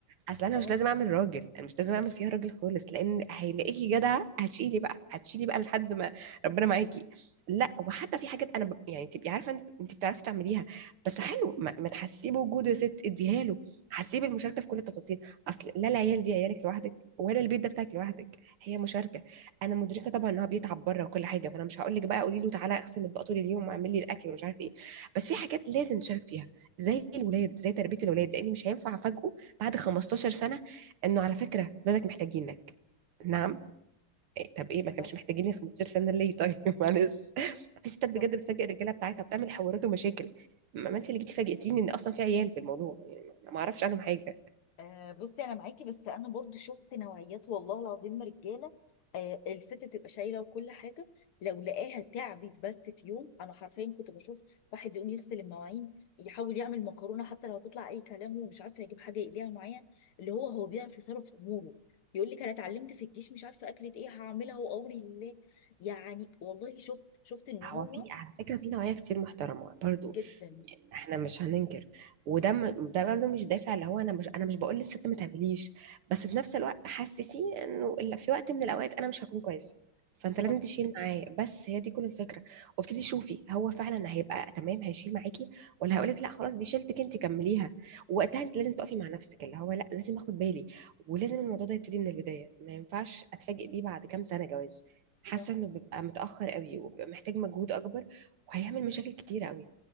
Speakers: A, on the right; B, on the left.
A: اصل انا
B: اه
A: مش لازم اعمل راجل انا مش لازم اعمل فيها راجل خالص لان هيلاقيكي جدعه هتشيلي بقى هتشيلي بقى لحد ما ربنا معاكي لا وحتى في حاجات انا ب... يعني تبقي عارفه انت انت بتعرفي تعمليها بس حلو ما, ما تحسيه بوجوده يا ست اديها له حسيه بالمشاركه في كل التفاصيل اصل لا العيال دي عيالك لوحدك ولا البيت ده بتاعك لوحدك هي مشاركه انا مدركه طبعا ان هو بيتعب بره وكل حاجه فانا مش هقول لك بقى قولي له تعالى اغسل اطباق طول اليوم واعمل لي الاكل ومش عارف ايه بس في حاجات لازم نشارك فيها زي الولاد زي تربيه الولاد لان مش هينفع افاجئه بعد 15 سنة انه على فكرة ولادك محتاجينك نعم إيه طب ايه ما كانش
B: صح
A: محتاجيني 15 سنة ليه طيب <laughs> معلش في ستات بجد
B: صح
A: بتفاجئ الرجالة بتاعتها وبتعمل حوارات ومشاكل ما ما انت اللي جيتي فاجئتيني ان اصلا في عيال في الموضوع يعني ما اعرفش عنهم حاجة
B: آه بصي انا معاكي بس انا برضو شفت نوعيات والله العظيم رجاله آه الست تبقى شايله وكل حاجه لو لقاها تعبت بس في يوم انا حرفيا كنت بشوف واحد يقوم يغسل المواعين يحاول يعمل مكرونه حتى لو هتطلع اي كلام ومش عارفه يجيب حاجه يقليها معايا اللي هو هو بيعرف يصرف اموره يقول لك انا اتعلمت في الجيش مش عارفه اكله ايه هعملها وامري لله يعني والله شفت شفت ان هو
A: هو في على فكرة في نوايا كتير محترمة برضو
B: جدا
A: احنا مش هننكر وده م... ده برضو مش دافع اللي هو انا مش انا مش بقول للست ما تعمليش بس في نفس الوقت حسسيه انه إلا في وقت من الاوقات انا مش هكون كويسة فانت
B: صح
A: لازم تشيل معايا بس هي دي كل الفكرة وابتدي شوفي هو فعلا هيبقى تمام هيشيل معاكي ولا هقولك لا خلاص دي شيلتك انت كمليها ووقتها انت لازم تقفي مع نفسك اللي هو لا لازم اخد بالي ولازم الموضوع ده يبتدي من البداية ما ينفعش اتفاجئ بيه بعد كام سنة جواز حاسه
B: صح
A: انه بيبقى متاخر قوي وبيبقى محتاج مجهود اكبر وهيعمل مشاكل كتيره قوي